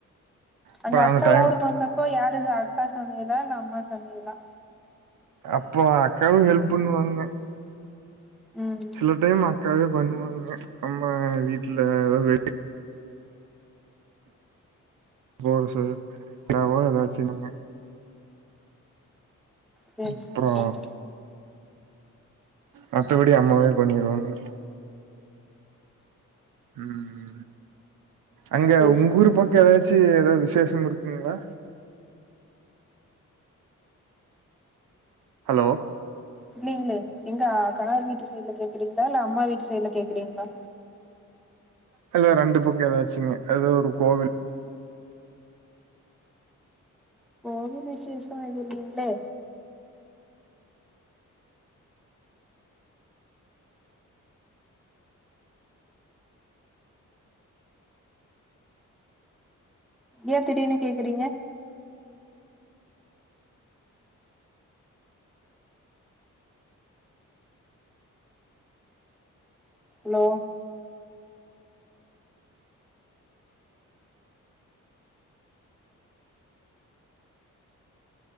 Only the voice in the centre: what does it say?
அங்க அக்கா
ஊருக்கு வந்தப்போ யாருங்க அக்கா சமையலா இல்ல அம்மா சமையலா
ம்
சேரி
சேரி சேரி
சேரி
சேரி
சேரி
இல்லேங்ளே எங்க கணவர் வீட்டு சைட்ல கேக்குறீங்ளா இல்ல அம்மா வீட்டு சைட்ல கேக்குறீங்ளா
எங்குமே விசேஷோ இல்லிங்ளே ஏன் திடீர்ன்னு கேக்குறீங்க ஹலோ